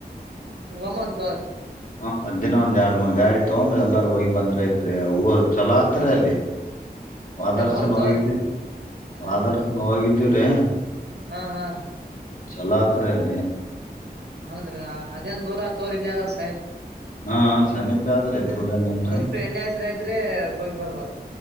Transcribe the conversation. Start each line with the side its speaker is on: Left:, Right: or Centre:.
Right: ಮಮನ್ ತ
Left: ಹ ಹದ್ಿನ ಒಂದ್ ಎರಡ್ ಮೂರ್ ಗಾಡಿ ತೊಗೊಂಡ್ ಎಲ್ಲಾರ ಹೋಗಿ ಬಂದ್ರ ಐತ್ರಿ ಚಲೋ ಹತ್ರ
Right: ಹಾ
Left: ಅಲ್ಲಿ
Right: ಹಾ
Left: ಆದರ್ಸನ್
Right: ಅದೇ ಓಮ್ ತಗೋರಿ
Left: ಹೋಗಿದ್ದು
Right: ಹಾ
Left: ಆದರ್ಶನ್ ಹೋಗಿದ್ದು ಏ
Right: ಹಾ ಹಾ
Left: ಚಲಾತ್ರೆಯಲ್ಲಿ
Right: ಹೌದ್ರೀ ಅದೇನ್ ದೂರ ತೋರ್ ಇಲ್ಲಿ ಅದಲ್ಲ ಸಹ
Left: ಹಾ ಸಮೀಪ ಆದ್ರಿ
Right: ಹ್ಮ್
Left: ದೂರ ಏನಲ್ರಿ
Right: ನೂರು ರೂಪಾಯಿ ಎಣ್ಣ ಆಸ ರೈತ್ರಿ ಹೋಗ ಪರ್ವಾಗಿರ